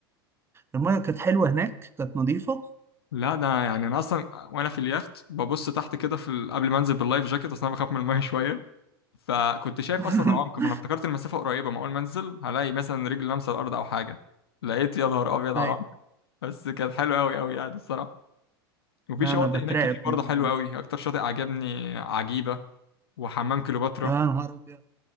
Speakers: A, on the right; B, on the left.
A: الميه كانت حلوه هناك كانت نظيفه
B: لا ده يعني انا اصلا وانا في اليخت ببص تحت كده في ال- قبل ما انزل باللايف جاكيت اصلا انا بخاف من الميه <laughs> شويه فكنت شايف
A: <laughs>
B: اصلا العمق فانا افتكرت المسافه قريبه ما اول ما انزل هلاقي مثلا رجل لامسه الارض او حاجه لقيت يا نهار ابيض
A: ايوه
B: على العمق بس كانت حلوه قوي قوي يعني الصراحه وفي
A: لا،
B: شواطئ
A: انا بترعب
B: هناك كتير برضه
A: من الموضوع
B: حلوه قوي
A: ده.
B: اكتر شاطئ عجبني عجيبه وحمام كليوباترا
A: يا نهار ابيض